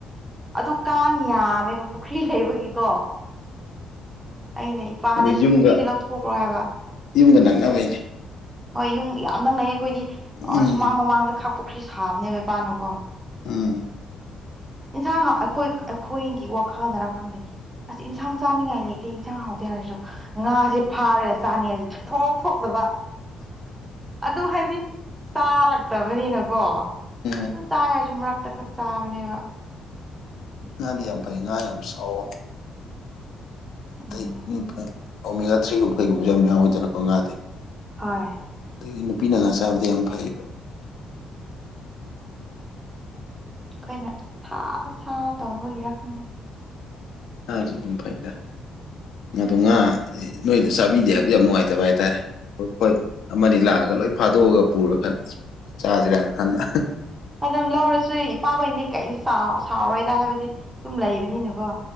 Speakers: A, on the right (about 20°); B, on the left (about 75°).
A: ꯑꯗꯨ ꯀꯥꯡ ꯌꯥꯝꯃꯦꯕ ꯄꯨꯈ꯭ꯔꯤ ꯂꯩꯕꯒꯤꯀꯣ ꯑꯩꯅ ꯏꯄꯥꯗ
B: ꯑꯗꯨ
A: ꯁꯤ
B: ꯌꯨꯝꯒ
A: ꯄꯨꯈ꯭ꯔꯤꯁꯦ ꯂꯧꯊꯣꯛꯈ꯭ꯔꯣ ꯍꯥꯏꯕ
B: ꯌꯨꯝꯒ ꯅꯛꯅꯕꯩꯅꯦ
A: ꯍꯣꯏ ꯌꯨꯝ ꯌꯥꯝ ꯅꯪꯅꯩꯌꯦ ꯑꯩꯈꯣꯏꯗꯤ
B: ꯎꯝ
A: ꯁꯨꯃꯥꯡ ꯃꯃꯥꯡꯗ ꯈ ꯄꯨꯈ꯭ꯔꯤ ꯁꯥꯕꯅꯦꯕ ꯄꯥꯅꯨꯀꯣ
B: ꯎꯝ
A: ꯏꯟꯁꯥꯡ ꯑꯩꯈꯣꯏ ꯑꯩꯈꯣꯏ ꯒꯤ ꯋꯥꯈꯜꯅꯔ ꯈꯪꯗꯦ ꯑꯁ ꯏꯟꯁꯥꯡ ꯆꯥꯅꯤꯡꯉꯥꯏ ꯂꯩꯇꯦ ꯏꯟꯁꯥꯡ ꯍꯥꯎꯗꯦ ꯍꯥꯏꯔꯁꯨ ꯉꯥꯁꯦ ꯀꯔꯦ ꯆꯥꯅꯤꯁꯦ ꯊꯣꯡ ꯊꯣꯛꯇꯕ ꯑꯗꯨꯝ ꯍꯥꯏꯕꯗꯤ ꯆꯥꯔꯛꯇꯕꯅꯤꯅꯀꯣ
B: ꯎꯝ
A: ꯁꯨꯝ ꯆꯥꯏ ꯍꯥꯏꯔꯁꯨ ꯃꯔꯛꯇ ꯈꯛ ꯆꯥꯕꯅꯦꯕ ꯑꯗꯒꯤ
B: ꯉꯥꯗꯤ ꯌꯥꯝ ꯐꯩ ꯉꯥ ꯌꯥꯝ ꯁꯥꯎꯋ ꯑꯇꯩ
A: ꯎꯝ
B: ꯑꯣꯃꯤꯒꯥ ꯊ꯭ꯔꯤꯒꯨꯝꯕ ꯀꯩꯒꯨꯝꯕꯁꯨ ꯌꯥꯝ ꯌꯥꯎꯋꯤꯗꯅꯀꯣ ꯉꯥꯗꯤꯦ
A: ꯍꯣꯏ
B: ꯑꯗꯒꯤ ꯅꯨꯄꯤꯅ ꯉꯥ ꯆꯥꯕꯗ ꯌꯥꯝ ꯐꯩꯌꯦꯕ
A: ꯑꯩꯈꯣꯏꯅ ꯁꯥꯅ ꯁꯥꯥꯅ ꯇꯧꯕꯒꯤꯔ ꯈꯪꯗꯦ
B: ꯉꯥꯁꯨ ꯑꯗꯨꯝ ꯐꯩꯗ ꯑꯗꯣ ꯉꯥ ꯅꯣꯏꯗ ꯆꯥꯕꯤꯗꯦ ꯍꯥꯏꯕ ꯑꯗꯨ ꯌꯥꯝ ꯅꯨꯡꯉꯥꯏꯇꯕ ꯍꯥꯏꯇꯥꯔꯦ ꯍꯣꯏ ꯑꯃꯅꯤ ꯂꯥꯛꯑꯒ ꯂꯣꯏ ꯐꯥꯗꯣꯛꯑꯒ ꯄꯨꯔ ꯈ ꯆꯥꯖꯔ ꯊꯗ
A: ꯑꯗꯨꯝ ꯂꯧꯔꯁꯨ ꯏꯄꯥꯈꯣꯏꯗꯤ ꯀꯩꯁꯨ ꯆꯥꯎꯥꯁꯤ ꯁꯥꯎꯔꯣꯏꯗ ꯍꯥꯏꯕꯗꯤ ꯑꯗꯨꯨꯝ ꯂꯩꯕꯅꯤꯅꯀꯣ